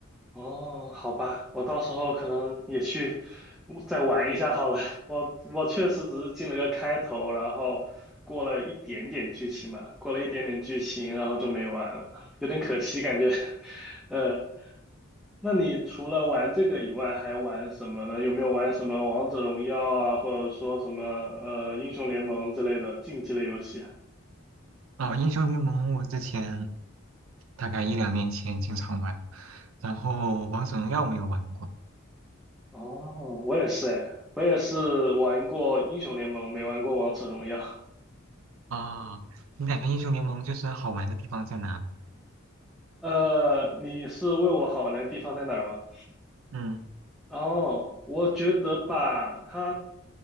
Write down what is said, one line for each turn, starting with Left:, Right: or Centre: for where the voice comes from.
Centre: 哦，好吧，我到时候可能也去再玩一下好了。<laughs> 我我确实只是进了个开头，然后过了一点点剧情嘛，过了一点点剧情，然后就没玩了，有点可惜感觉。<laughs> 嗯。那你除了玩这个以外，还玩什么呢？有没有玩什么王者荣耀啊，或者说什么呃英雄联盟之类的竞技类游戏啊？
Right: 哦，英雄联盟我之前大概一两年前经常玩，然后王者荣耀没有玩过
Centre: 哦，我也是哎，我也是玩过英雄联盟，没玩过王者荣耀。
Right: 啊，你感觉英雄联盟就是好玩的地方在哪呢
Centre: 呃，你是问我好玩的地方在哪儿吗？
Right: 嗯
Centre: 哦，我觉得吧，他